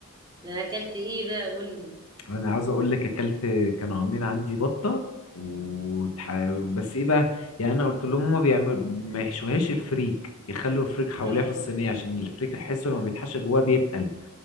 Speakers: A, on the right; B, on the left.
A: ده اكلت ايه بقى قول لي
B: أنا عاوز أقول لك أكلت كانوا عاملين عندي بطة وتح... بس ايه بقى يعني أنا قلت لهم هما بيعملوا ما يحشوهاش الفريك يخلوا الفريك حواليها
A: اه
B: في الصينية عشان الفريك أحسه لما بيتحشى جواه بيتقل